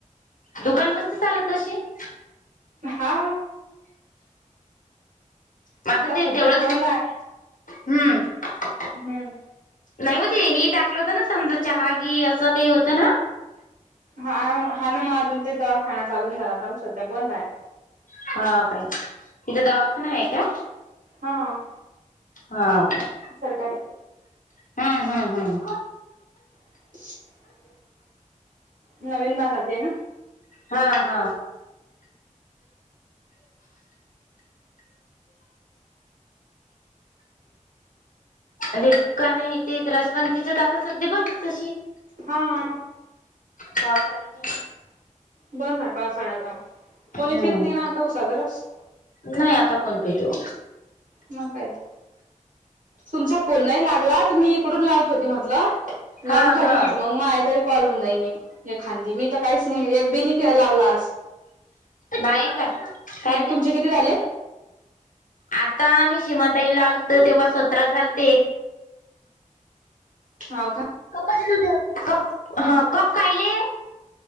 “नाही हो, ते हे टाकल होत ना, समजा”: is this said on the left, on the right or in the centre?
Left